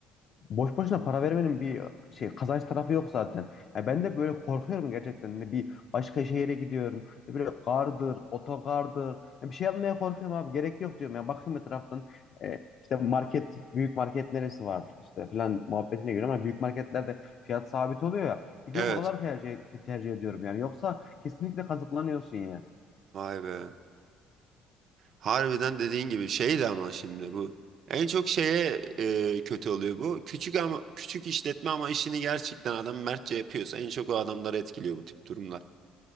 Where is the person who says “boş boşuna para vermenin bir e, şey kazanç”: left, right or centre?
Left